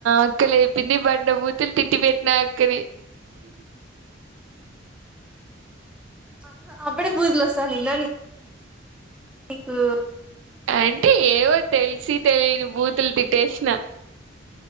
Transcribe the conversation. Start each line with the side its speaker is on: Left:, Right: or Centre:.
Right: అక్కలేపింది బండ బూతులు తిట్టి పెట్టిన ఆ అక్కనీ
Centre: ఆ అప్పుడే బూతులు వస్తానిన్నా నీకు.
Right: అంటే ఏవో తెలిసి తెలియని బూతులు తిట్టేసిన.